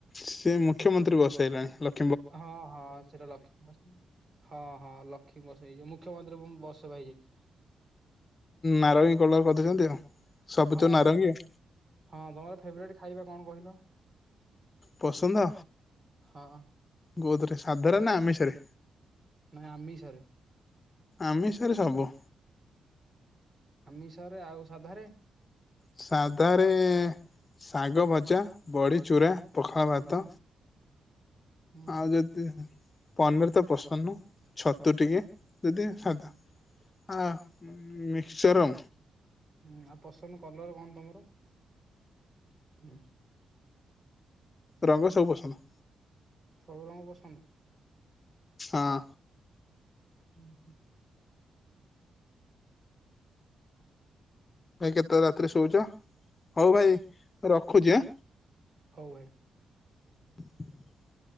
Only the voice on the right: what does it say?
ହଁ ହଁ ସେଟା ଲକ୍ଷ୍ମୀ ବସ୍ ହଁ ହଁ ଲ ଲକ୍ଷ୍ମୀ ବସ୍ ହେଇଯିବ ମୁଖ୍ୟମନ୍ତ୍ରୀ ଫୁଣି ବସ୍ ସେବା ହେଇଯାଇଛି।
ହଁ
ବା
ହଁ ତମର ଫେବ୍ରେଟ୍ ଖାଇବା କଣ କହିଲ?
ହଁ
ନାଇଁ ଆମିଷରେ
ଆମିଷରେ ଆଉ ସାଧାରେ?
ହୁଁ
ହୁଁ ହୁଁ
ହୁଁ।
ହୁଁ
ହୁଁ
ହୁଁ।
ହୁଁ ଆଉ ପସନ୍ଦ କଲର କଣ ତମର ହଁ?
ସବୁ ରଙ୍ଗ ପସନ୍ଦ।
ହୁଁ ହୁଁ।
ହଉ ଭାଇ।